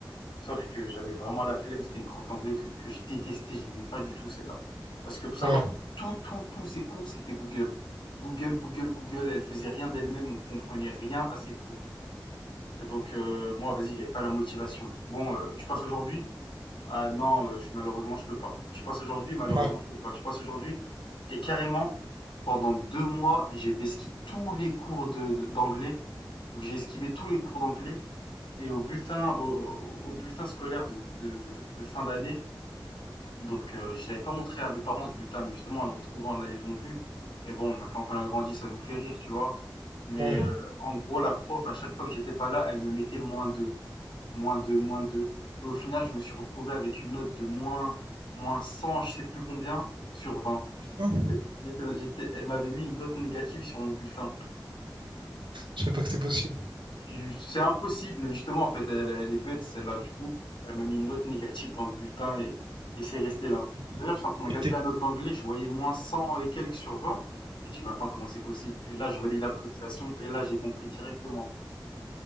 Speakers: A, on the left; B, on the right.
A: Sauf que j'avais vraiment la flemme, c'était une prof d'anglais que, que je détestais, je l'aimais pas du tout celle-là. Parce que faut savoir,
B: Ouais,
A: tout, tout, tous ses cours, c'était Google. Google, Google, Google, elle faisait rien d'elle-même, on comprenait rien à ses cours. Et donc euh, moi, vas-y, j'avais pas la motivation. Bon, euh, tu passes aujourd'hui? Ah non, euh, je- malheureusement, je peux pas. Tu passes aujourd'hui? Malheureusement,
B: ouais,
A: je peux pas. Tu passes aujourd'hui? Et carrément, pendant deux mois, j'ai esquivé tous les cours de, de- d'anglais. Donc j'ai esquivé tous les cours d'anglais et au bulletin, au, au bulletin scolaire de, de, de, de fin d'année. Donc, euh, je l'avais pas montré à mes parents ce bulletin, mais justement, en le retrouvant là, ils l'ont vu. Et bon, maintenant qu'on a grandi, ça nous fait rire, tu vois. Mais
B: ouais,
A: euh, en gros, la prof, à chaque fois que j'étais pas là, elle me mettait moins deux, moins deux, moins deux. Et au final, je me suis retrouvé avec une note de moins, moins 100, je sais plus combien, sur 20.
B: putain.
A: J'étais, j'étais, elle m'avait mis une note négative sur mon bulletin.
B: Je savais pas que c'était possible.
A: Tu- C'est impossible, mais justement, en fait, elle, elle est bête, celle-là. Du coup, elle m'a mis une note négative dans le bulletin et, et c'est resté là.
B: Et
A: D'ailleurs, j'étais en train de regarder
B: tes,
A: la note d'anglais, je voyais moins 100 et quelques sur vingt Je me dis, mais attends, comment c'est possible? Et là, je relis l'appréciation et là, j'ai compris directement.